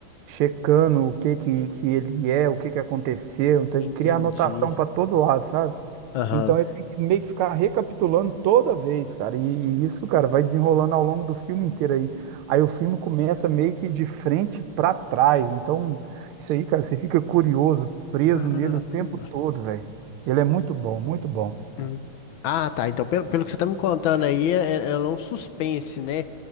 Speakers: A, on the right; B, on the left.
A: checando o que que, que ele é, o que que aconteceu. Então
B: Entendi.
A: ele cria anotação para todo lado, sabe?
B: Aham.
A: Então ele tem que meio que ficar recapitulando toda vez, cara. E e isso, cara, vai desenrolando ao longo do filme inteiro aí. Aí o filme começa meio que de frente pra trás. Então, isso aí, cara, você fica curioso, preso
B: Caramba.
A: nele o tempo todo, velho. Ele é muito bom, muito bom.
B: Hum. Ah, tá. Então, pelo, pelo que você tá me contando aí, é- é- ela é um suspense, né?